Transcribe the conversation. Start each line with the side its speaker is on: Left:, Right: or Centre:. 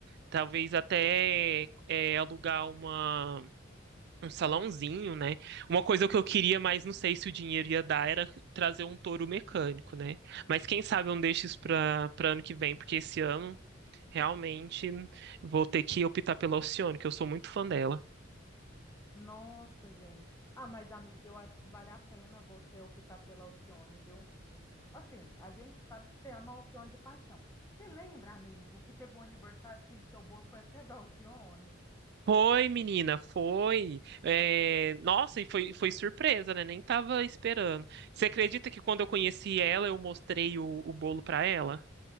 Right: talvez até é, alugar uma um salãozinho, né? Uma coisa que eu queria, mas não sei se o dinheiro ia dar, era trazer um touro mecânico, né? Mas quem sabe eu não deixo isso para para ano que vem, porque esse ano realmente vou ter que optar pela Alcione, que eu sou muito fã dela.
Left: Nossa, gente. Ah, mas amiga, eu acho que vale a pena você optar pela Alcione, viu? Assim, a gente sabe que você ama a Alcione de paixão. Você lembra, amigo, que teve um aniversário que seu bolo foi até da Alcione?
Right: Foi, menina, foi. É, Nossa, e foi, foi surpresa, né? Nem tava esperando. Você acredita que quando eu conheci ela, eu mostrei o, o bolo para ela?